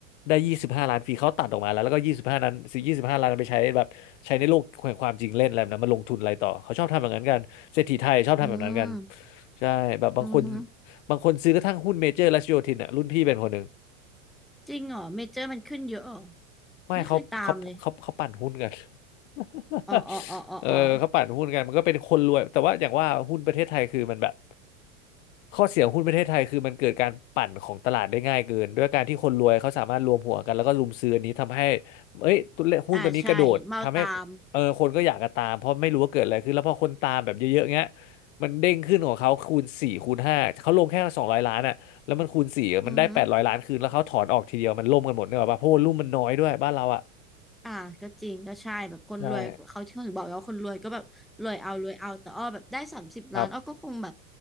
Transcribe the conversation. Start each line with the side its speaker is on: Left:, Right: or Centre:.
Left: ได้ยี่สิบห้าล้านฟรีเขาตัดออกมาแล้วแล้วก็ยี่สิบห้านั้นยี่สิบห้าล้านนั้นไปใช้แบบใช้ในโลกแห่งความจริงเล่นอะไรแบบนั้นมาลงทุนอะไรต่อเขาชอบทำแบบนั้นกันเศรษฐีไทยชอบทำแบบนั้นกัน
Centre: อืม
Left: ใช่แบบบางคน
Centre: อือฮึ
Left: บางคนซื้อกระทั่งหุ้นเมเจอร์และโยธินอ่ะรุ่นพี่เป็นคนหนึ่ง
Centre: จริงเหรอเมเจอร์มันขึ้นเยอะเหรอ
Left: ไม่เขาเขาเขาเขาปั่นหุ้นกัน
Centre: ไม่เคยตามเลย
Left: <laughs>
Centre: อ๋ออ๋ออ๋ออ๋ออ๋อ
Left: เออเขาปั่นหุ้นกันมันก็เป็นคนรวยแต่ว่าอย่างว่าหุ้นประเทศไทยคือมันแบบข้อเสียของหุ้นประเทศไทยคือมันเกิดการปั่นของตลาดได้ง่ายเกินด้วยการที่คนรวยเขาสามารถรวมหัวกันแล้วก็รุมซื้ออันนี้ทำให้เอ้ยตัวเลขหุ้นตัวนี้กระโดดทำให้
Centre: อ่าใช่เมาตาม
Left: เออคนก็อยากจะตามเพราะไม่รู้ว่าเกิดอะไรขึ้นแล้วพอคนตามแบบเยอะๆเงี้ยมันเด้งขึ้นของเขาคูณสี่คูณห้าเขาลงแค่สองร้อยล้านอ่ะ แล้วมันคูณสี่มันได้แปดร้อยล้านคืนแล้วเขาถอนออกทีเดียวมันล่มกันหมดเนกอะป่ะเพราะว่ารุ่มมันน้อยด้วยบ้านเราอ่ะ
Centre: อือฮึ อ่าก็จริงก็ใช่แบบคนรวยเขาที่เขาถึงบอกไงว่าคนรวยก็แบบรวยเอารวยเอาแต่อ้อแบบได้สามสิบล้านอ้อก็คงแบบ
Left: ใช่ครับ